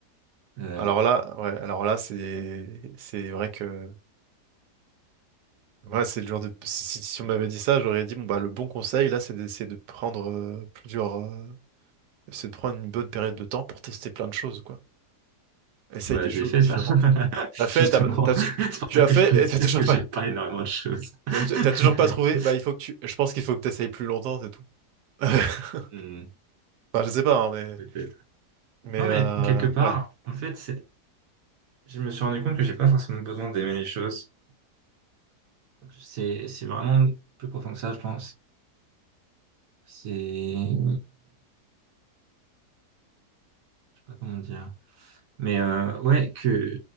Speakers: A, on the right (about 65°); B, on the right (about 85°).
A: Euh,
B: alors là, ouais, alors là, c'est c'est vrai que ouais, c'est le genre de si, si- si on m'avait dit ça, j'aurais dit bon bah le bon conseil là, c'est de, c'est de prendre euh, plusieurs, euh, c'est de prendre une bonne période de temps pour tester plein de choses quoi. Essaye
A: ouais,
B: des
A: j'ai
B: choses
A: fait
B: différentes.
A: ça, <laughs>
B: hein. T'as fait,
A: justement.
B: t'as, t'as-
A: <laughs> C'est pour
B: tu
A: ça
B: as
A: que
B: fait
A: je peux
B: et
A: dire
B: t'as toujours
A: que
B: pas,
A: j'aime pas énormément de choses.
B: t'as
A: <laughs>
B: t'as toujours pas trouvé. Bah il faut que tu, je pense qu'il faut que t'essayes plus longtemps, c'est tout. <laughs> Enfin
A: Hmm,
B: je sais pas, hein, mais
A: peut-être.
B: mais
A: Non,
B: euh,
A: mais quelque part,
B: ouais.
A: en fait, c'est- je me suis rendu compte que j'ai pas forcément besoin d'aimer les choses. C'est, c'est vraiment plus profond que ça, je pense. C'est je sais pas comment dire. Mais euh, ouais, que